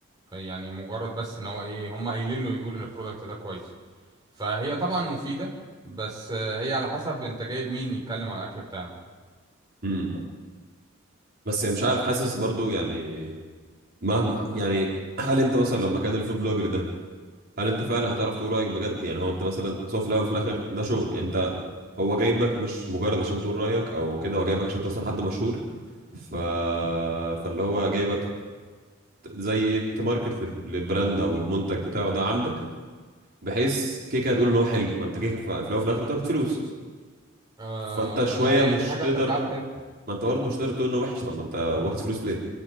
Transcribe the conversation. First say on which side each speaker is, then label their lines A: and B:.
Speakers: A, on the right (about 20°); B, on the right (about 45°).
A: يعني مجرد بس ان هو ايه هم قايلين له يقول ان البرودكت ده كويس فهي طبعا مفيدة بس آه، هي على حسب انت جايب مين يتكلم على الاكل بتاعك
B: امم بس يعني مش عارف حاسس برضو يعني مهما يعني هل انت مثلا لو مكان الفود بلوجر ده هل انت فعلا هتعرف تقول رايك بجد يعني هو انت مثلا سواء في الاول وفي الاخر ده شغل يعني انت هو جايبك مش مجرد عشان تقول رايك او كده هو جايبك عشان انت مثلا حد مشهور ف فاللي هو جايبك ت- زي ايه تماركت لب- للبراند او المنتج بتاعه ده عندك بحيث كيكه هتقول ان هو حلو ما انت كيكه في في الاول وفي الاخر تاخد فلوس
A: آه،
B: فانت شويه
A: ما هي
B: مش
A: دي حاجة
B: تقدر
A: بترجع لك انت
B: ما انت برضه مش تقدر تقول انه وحش طب ما انت واخد فلوس ليه